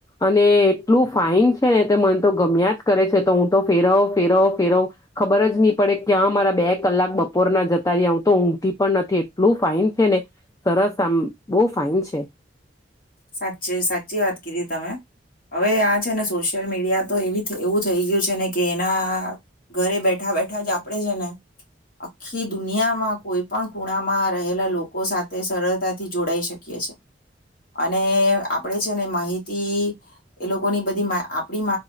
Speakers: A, on the left; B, on the left.
A: અને એટલું ફાાઈન છે છે ને તે મન તો ગમ્યા જ કરે છે તો હું તો ફેરવ ફેરવ ફેરવ ખબર જ નહી પડે ત્યાં મારા બે કલાક બપોરના જતા જ હું તો ઊંઘી પણ નથી એટલું ફાઈઇન છે ને સરસ આમ બહ ફાઇન છે
B: સાચી સાચી વાત કીધી તમે હવે આ છે ને સોશિયલ મીડિયા તો એ એવું થઈ ગયું છે ને કે એના ઘરે બેઠા બેઠા જ આપડે છે ને આખી દુનિયામાં કોઈ પણ ખૂણામાં રહેલા લોકો સાથે તે સરળતાથી જોડાઈ શકીએ છે અને આપણેે છે ને માહિતી એ લોકોની બધી આપડી